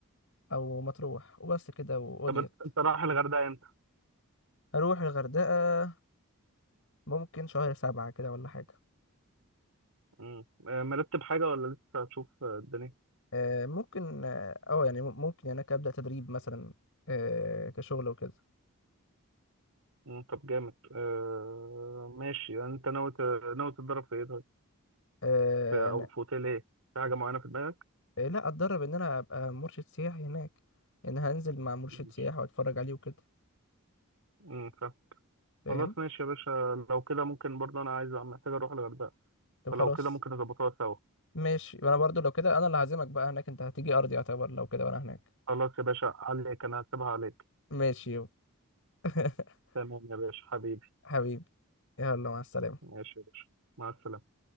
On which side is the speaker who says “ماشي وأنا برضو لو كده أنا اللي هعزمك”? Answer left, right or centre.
Left